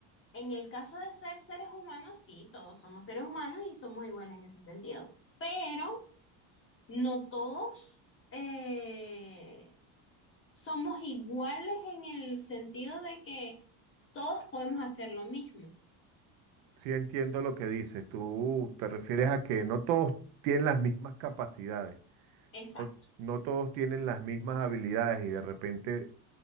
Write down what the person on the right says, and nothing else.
Sí entiendo lo que dices. Tú te refieres a que no todos tienen las mismas capacidades.
no, no todos tienen las mismas habilidades y de repente